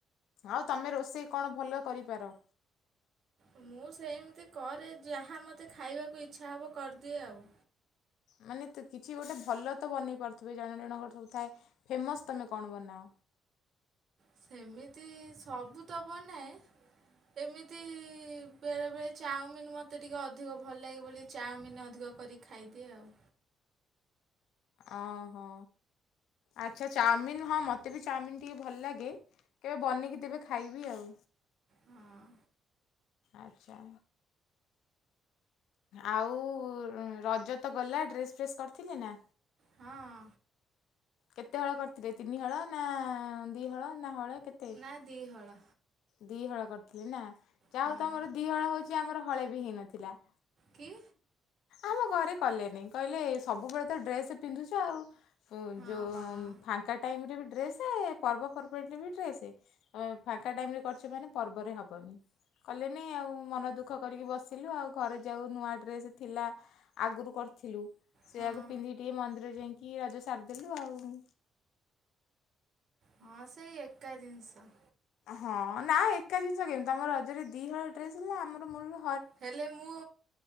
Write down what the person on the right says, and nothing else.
ମୁଁ ସେମିତି କରେ ଯାହା ମୋତେ ଖାଇବାକୁ ଇଚ୍ଛା ହବ କରିଦିଏ ଆଉ।
ସେମିତି ସବୁ ତ ବନାଏ ଏମିତି ବେଳେବେଳେ ଚାଉମିନ୍ ମୋତେ ଟିକିଏ ଅଧିକ ଭଲ ଲାଗେ ବୋଲି ଚାଉମିିନ ଅଧିକ କରିକି ଖାଇଦିଏ ଆଉ।
ହଁ।
ହଁ।
ଆ ଦିହଳ।
ହଁ
କି?
ହଁ
ହଁ
ହଁ
ହଁ ସେଇ ଏକା ଜିନିଷ।
ହେଲେ ମୁଁ